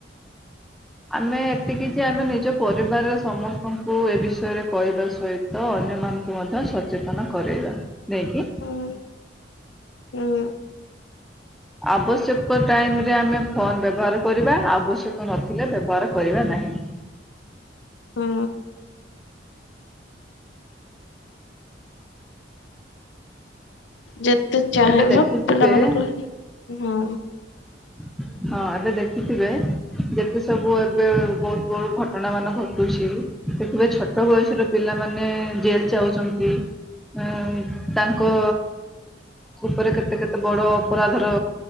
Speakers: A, in the centre; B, on the left (about 75°).
A: ଆମେ ଏତିକି ଯେ ଆମେ ନିଜ ପରିବାରରେ ସମସ୍ତ ଙ୍କୁ ଏ ବିଷୟରେ କହିବା ସହି ତ ଅନ୍ୟମାନଙ୍କୁ ମଧ୍ୟ ସଚେତନ କରେଇବା, ନେଇକି
B: ହୁଁ ହୁଁ।
A: ଆବଶ୍ୟକ ଟାଇମ ରେ ଆମେ ଫୋନ୍ ବ୍ୟବହାର କରିବା ଆବଶ୍ୟକ ନଥିଲେ ବ୍ୟବହାର କରିବା ନାହିଁ।
B: ହୁଁ। ଯେତେ ଚାହିଁବ
A: ଏବେ ଦେଖିଥିବେ
B: <unintelligible> ହଁ।
A: <inaudible> ହଁ ଏବେ ଦେଖିଥିବେ ଯେତେ ସବୁ ଏବେ ବହୁତ୍ ବହୁତ୍ ଘଟଣା ମାନ ଘଟୁଚି ‌ ଦେଖିବେ ଛୋଟ ବୟସର ପିଲାମାନେ ଜେଲ୍ ଯାଉଚନ୍ତି। ଏଁ ତାଙ୍କ। ଉପରେ କେତେ କେତେ ବଡ ଅପରାଧର